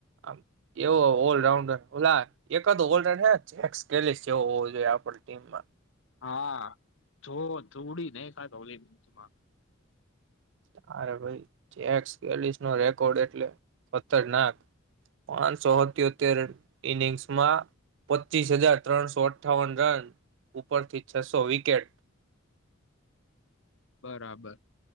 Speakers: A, on the right; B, on the left.
A: આમ એવો ઓલરાઉન્ડર ઓલા એકજ ઓલરાઉન્ડેડર હે જેક્સ એલિસ જેવું હોવો જોઈએ ટીમ માં
B: હા જો જોડી નાખ્યા તા ઓલી મેચ માં
A: તારે ભાઈ જેક એલિસ નો રેકોર્ડ એટલે ખતરનાક પાંચસો સત્યોતેર ઈનિંગ્સમાં પચીસ હજાર ત્રણસો અઠ્ઠાવન રન ઉપરથી છસો વિકેટ
B: બરાબર